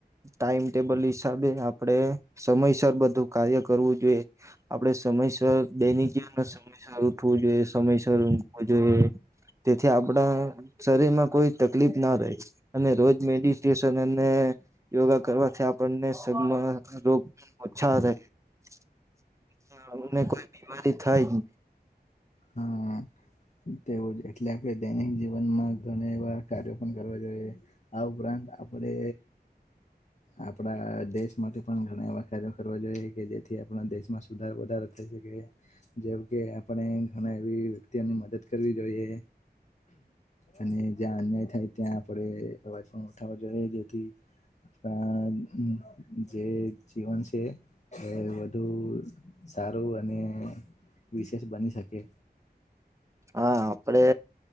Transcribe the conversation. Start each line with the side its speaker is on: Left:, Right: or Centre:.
Right: ટાઈમ ટેબલ હિસાબે આપડે સમયસર બધું કાર્ય કરવું જોઈએ. આપડે સમયસર દૈનીક જીવનમા સમયસર ઉઠવું જોઈએ. સમયસર ઊઘવુ જોઈએ, તેથી આપડા શરીર માં કોઈ તકલીફ ના રહે. અને રોજ મેડિટેશન અને યોગા કરવાથી આપણને સગમાં રોગ ઓછા આવે કે <inaudible> <inaudible> એમ ને કોઈ બીમારી થાય નઈ.
Left: હા તેવું જ એટલે આપડે દૈનિક જીવનમાં ઘણી વાર કાર્યો પણ કરવા જોઈએ. આ ઉપરાંત આપડે આપડા દેશ માટે પણ ઘણા એવા કાર્યો કરવા જોઈએ કે જેથી આપણા દેશમાં સુધાર વધારા થઈ શકે, જેમ કે આપણે ઘણા એવી વ્યક્તિઓની મદદ કરવી જોઈએ. અને જ્યાં અન્યાય થાય ત્યાં આપડે અવાજ પણ ઉઠાવવો જોઈએ. જેથી <inaudible> <inaudible> પણા જે જ જીવન છે વધુ સારું અને વિશેષ બની શકે.
Right: હા આપડે